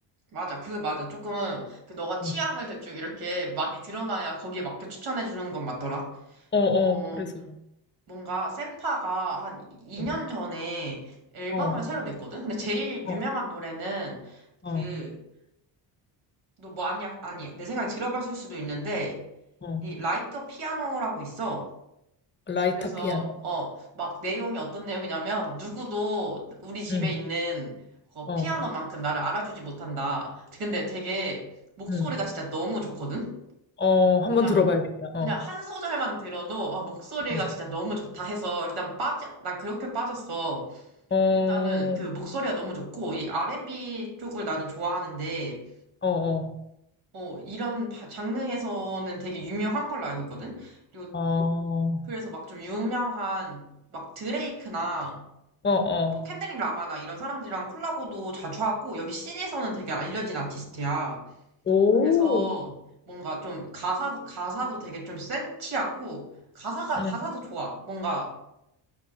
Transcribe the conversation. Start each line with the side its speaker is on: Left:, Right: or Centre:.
Right: 맞아. 그 맞아. 조금 그 너가 취향을
Left: 음.
Right: 대충 이렇게 많이 드러나야 거기에 맞게 추천해 주는 건 맞더라.
Left: 어, 어,
Right: 어,
Left: 그래서.
Right: 뭔가 센파가 한 2년
Left: 어,
Right: 전에 앨범을
Left: 어,
Right: 새로 냈거든? 근데 제일
Left: 어,
Right: 유명한 노래는
Left: 어.
Right: 그, 너 뭐 아니야? 아니야. 내 생각에 들어봤을 수도 있는데,
Left: 어.
Right: 이 라이터 피아노라고 있어.
Left: 라이터
Right: 그래서,
Left: 피아노?
Right: 어, 막 내용이 어떤 내용이냐면, 누구도 우리 집에
Left: 응,
Right: 있는 그
Left: 어.
Right: 피아노만큼 나를 알아주지 못한다. 근데 되게 목소리가
Left: 음.
Right: 진짜 너무 좋거든?
Left: 어, 한번
Right: 그냥,
Left: 들어봐야겠다. 어.
Right: 그냥 한 소절만 들어도, 아, 목소리가
Left: 음.
Right: 진짜 너무 좋다 해서, 일단 빠져, 난 그렇게 빠졌어.
Left: 어,
Right: 일단은 그
Left: 어,
Right: 목소리가 너무 좋고, 이 R&B 쪽을 나는 좋아하는데,
Left: 어.
Right: 어, 이런 바- 장르에서는 되게 유명한 걸로 알고 있거든? 그리고
Left: 어,
Right: 그래서 막 좀 유명한, 막 드레이크나,
Left: 어, 어.
Right: 뭐 켄드릭 라마나 이런 사람들이랑 콜라보도 자주 하고, 여기 씬에서는 되게 알려진 아티스트야.
Left: 오.
Right: 그래서 뭔가 좀 가사, 가사도 되게 좀 센치하고, 가사가,
Left: 음.
Right: 가사도 좋아. 뭔가